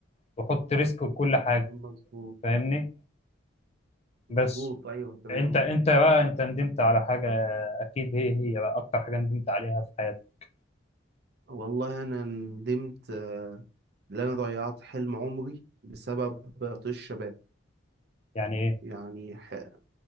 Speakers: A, on the left; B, on the right.
A: وحط ريسك لكل حاجه
B: مظبوط
A: فاهمني
B: مظبوط
A: بس
B: ايوه تمام
A: انت انت بقى انت ندمت على حاجه اكيد هي هي بقى اكتر حاجه ندمت عليها في حياتك
B: والله انا ندمت آه، ان انا ضيعت حلم عمري بسبب طيش الشباب
A: يعني ايه
B: يعني ح-